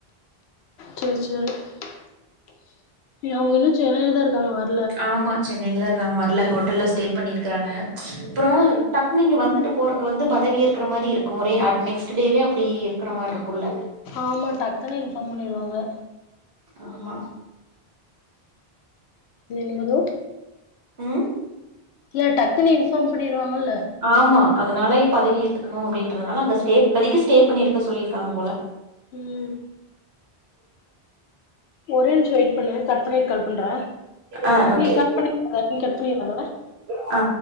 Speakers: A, on the left (about 85°); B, on the right (about 75°).
A: செரி செரி அவுங்க இன்னு சென்னையிலதா இருக்காங்களா
B: ஆமா சென்னையிலதா இருக்காங்க வர்ல ஹோட்டல்ல ஸ்டே பண்ணிருக்காங்க அப்றோ டக்குனு இங்க வந்துட்டு போறக்கு வந்து பதவி ஏக்கற மாரி இருக்கு ஒரே நெக்ஸ்ட் டேவே அப்டி இருக்கிற மாரி இருக்கும்ல்ல
A: ஆமா டக்குனே இன்ஃபார்ம் பண்ணிடுவாக
B: ஆமா
A: நீ என்ன மது
B: ம்
A: இல்லைடக்குனு இன்ஃபார்ம் பண்ணிடுவாங்கல்ல
B: ஆமா அதனாயே பதவி ஏத்துக்கணு அப்டின்றதுனால அங்க ஸ்டே இப்பதிக்கு ஸ்டே பண்ணிருக்க சொல்லியிருக்காங்க போல
A: ம் ஒரே நிமிஷ வெயிட் பண்ணு கட் பண்ணிட்டு கால் பண்ணுற
B: ஆ ஓகே
A: நீ கட் பண்ண நீ கட் பண்ணிடாத
B: ஆ